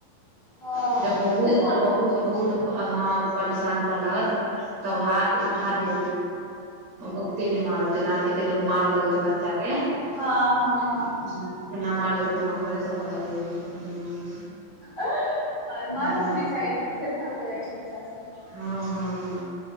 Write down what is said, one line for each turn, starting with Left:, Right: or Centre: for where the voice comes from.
Left: हँ
Right: जब बहुत-बहुत-बहुत
Left: थेथर भऽ जाइ छै
Right: अ हँ परेशान करऽ लागत तब हाथ उठा
Left: हँ
Right: देब। ओते नय मारत जेना कते लोक मारऽ लगै छैय बच्चाके। हुं
Left: हँ हँ
Right: एना मारबे तऽ फेर हमरा घरे से भगा <unintelligible>
Left: और मारबो
Right: हँ
Left: के नै चाही नै तऽ थेथर भऽ जाए छै बच्चा सब।
Right: हां-हां-हां